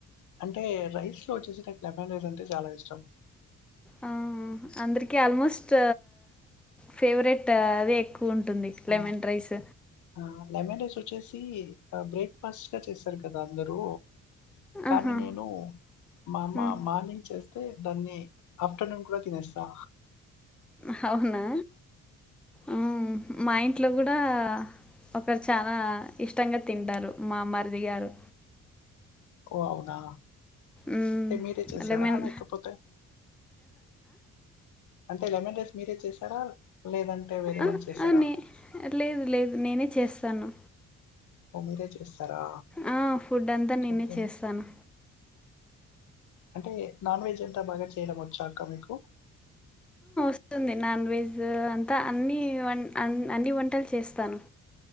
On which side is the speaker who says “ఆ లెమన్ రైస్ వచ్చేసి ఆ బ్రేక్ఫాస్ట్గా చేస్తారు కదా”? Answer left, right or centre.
Left